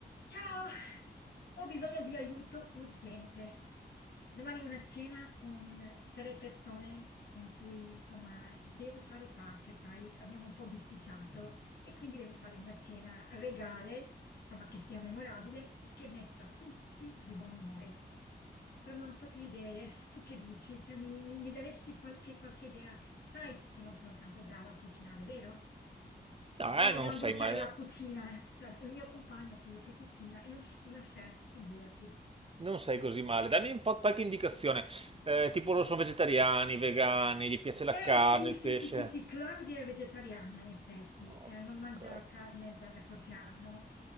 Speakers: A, on the left; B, on the right.
A: Ciao, ho bisogno di aiuto urgente. Domani ho una cena con tre persone con cui, insomma, devo fare pace, sai? Abbiamo un po' bisticciato e quindi devo fare una cena regale, insomma, che sia memorabile e che metta tutti di buon umore. Però non ho proprio idee. Tu che dici? Cioè, mi, mi- mi daresti qualche, qualche idea? Sai che non sono tanto brava a cucinare, vero?
B: Ah,
A: Speriamo
B: eh, non
A: di non
B: sei
A: bruciare
B: male,
A: la cucina. eh." Cioè, il mio compagno, quello che cucina, è un- una chef, figurati.
B: non sei così male. Dammi un po' qualche indicazione. Eh, tipo loro sono vegetariani, vegani, gli piace la
A: Eh
B: carne,
A: sì,
B: il
A: sì,
B: pesce.
A: sì, sì, sì, Claudia è vegetariana in effetti,
B: Ok.
A: eh, non mangia carne da, da qualche anno.